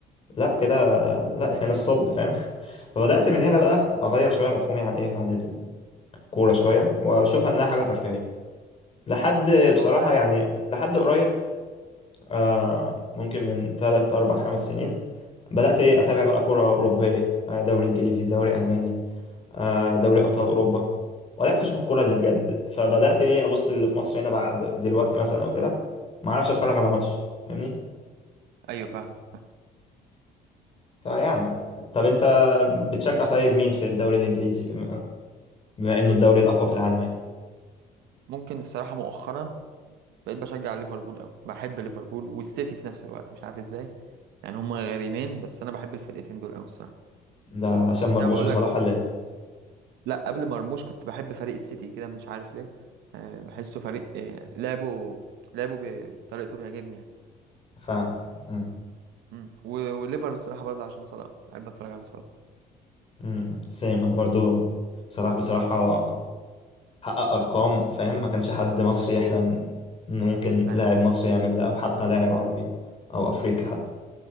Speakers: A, on the left (about 35°); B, on the right (about 80°).
A: لا كده لا هنا ستوب فاهم <laughs> فبدأت من هنا بقى اغير شوية مفهومي عن ايه عن الكورة شوية واشوفها انها حاجة ترفيهية لحد بصراحة
B: هو فعلا
A: يعني لحد قريب آه ممكن من 3 4 5 سنين بدأت ايه اتابع بقى كورة أوروبية آه، دوري انجليزي دوري ألماني آه، دوري ابطال اوروبا وبدات اشوف الكوره اللي بجد فبدات ايه ابص اللي في مصر هنا بعد دلوقتي مثلا او كده ما اعرفش اتفرج على ماتش فاهمني
B: ايوه فاهم فاهم
A: فيعني طب انت بتشجع طيب مين في الدوري الانجليزي بما, بما انه
B: مم.
A: الدوري الاقوى في العالم يعني
B: ممكن الصراحة مؤخرا بقيت بشجع ليفربول قوي بحب ليفربول والسيتي في نفس الوقت مش عارف ازاي يعني هما غريمين بس انا بحب الفرقتين دول قوي الصراحة
A: ده عشان مرموش
B: لا بقول
A: وصلاح
B: لك
A: ولا ايه
B: لا قبل مرموش كنت بحب فريق السيتي كده مش عارف ليه آه، بحسه فريق آه، لعبه لعبه بطريقته بيعجبني يعني
A: فاهمك أمم،
B: مم. و- وليفر الصراحة برضه عشان صلاح بحب اتفرج على صلاح
A: أمم، سيم انا برضو صلاح بصراحه حقق ارقام فاهم ما كانش حد مصري يحلم ان ممكن لاعب
B: لا،
A: مصري يعمل ده او حتى لاعب عربي او افريقي حتى